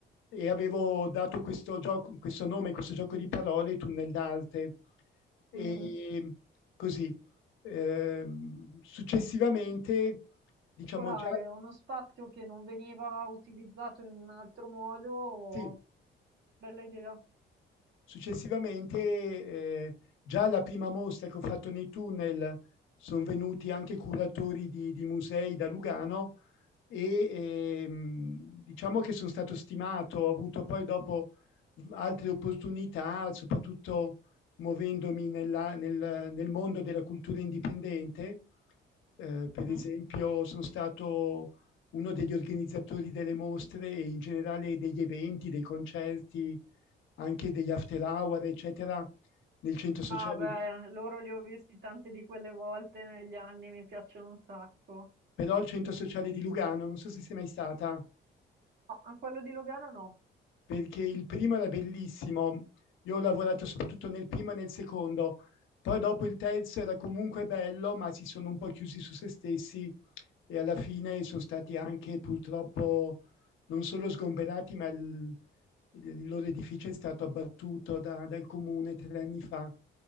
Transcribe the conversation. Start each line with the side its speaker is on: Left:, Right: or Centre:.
Left: e avevo dato questo, gioco, questo nome, questo gioco di parole, tunnel d'arte. E
Right: Mhm.
Left: così, eh, successivamente, diciamo
Right: Particolare,
Left: già,
Right: uno spazio che non veniva utilizzato in un altro modo,
Left: sì,
Right: bella idea.
Left: Successivamente, eh, già alla prima mostra che ho fatto nei tunnel, sono venuti anche curatori di, di musei da Lugano e ehm, diciamo che sono stato stimato, ho avuto poi dopo altre opportunità, soprattutto muovendomi nella, nel, nel mondo della cultura indipendente. Eh, per
Right: Mm?
Left: esempio sono stato uno degli organizzatori delle mostre e in generale degli eventi, dei concerti, anche degli after hour, eccetera, nel centro sociale
Right: Ah, beh,
Left: di,
Right: loro li ho visti tante di quelle volte negli anni, mi piacciono un sacco.
Left: però il centro sociale di Lugano, non so se sei mai stata.
Right: No, a quello di Logano no.
Left: perché il primo era bellissimo. Io ho lavorato soprattutto nel primo e nel secondo. Poi dopo il terzo era comunque bello, ma si sono un po' chiusi su se stessi e alla fine sono stati anche purtroppo non solo sgomberati, ma il, il loro edificio è stato abbattuto da, dal comune tre anni fa.